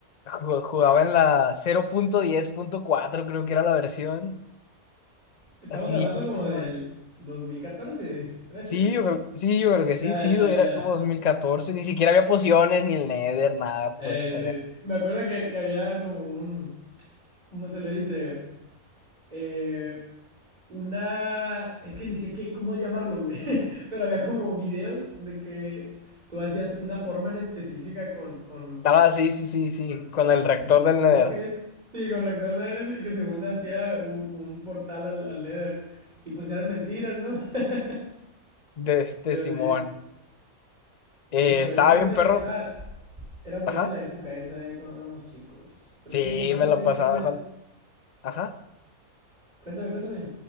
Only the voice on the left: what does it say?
ju- jugaba en la cero punto punto diez punto cuatro, creo que era la versión,
así
viejísima.
Sí, yo creo, sí, yo creo que
sí, sí,
era
como dos mil catorce, ni siquiera había pociones, ni el Nether, nada,
pues,
Ah, sí, sí, sí, sí,
con
el reactor del
Nether,
de este
Simón.
Eh,
estaba
bien, perro.
Ajá.
Sí,
me la
pasaba
jugando. Ajá.